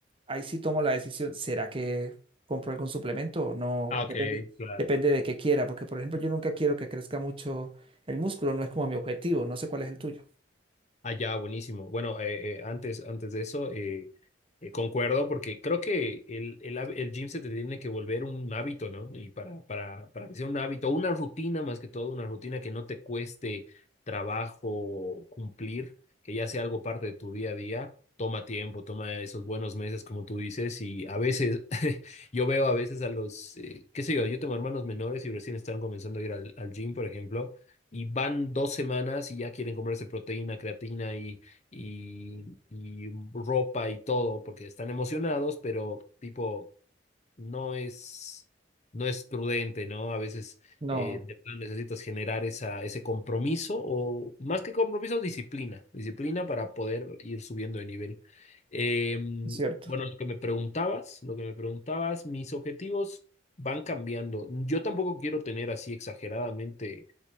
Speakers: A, on the right; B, on the left.
A: ahí sí tomo la decisión, ¿será que compro algún suplemento o no?
B: Ah,
A: Depende,
B: ok, claro.
A: depende de qué quiera, porque por ejemplo, yo nunca quiero que crezca mucho el músculo, no es como mi objetivo, no sé cuál es el tuyo.
B: Allá, buenísimo. Bueno, eh, eh, antes, antes de eso, eh, eh, concuerdo porque creo que el, el, hab- el gym se te tiene que volver un hábito, ¿no? Y para, para, para que sea un hábito, una rutina más que todo, una rutina que no te cueste trabajo cumplir, que ya sea algo parte de tu día a día, toma tiempo, toma esos buenos meses, como tú dices, y a veces, <laughs> yo veo a veces a los, eh, qué sé yo, yo tengo hermanos menores y recién están comenzando a ir al, al gym, por ejemplo y van dos semanas y ya quieren comerse proteína, creatina y, y, y ropa y todo, porque están emocionados, pero tipo, no es, no es prudente, ¿no? A veces
A: No,
B: eh, de plan necesitas generar esa, ese compromiso o más que compromiso, disciplina, disciplina para poder ir subiendo de nivel. Eh,
A: es cierto.
B: bueno, lo que me preguntabas, lo que me preguntabas, mis objetivos van cambiando. Yo tampoco quiero tener así exageradamente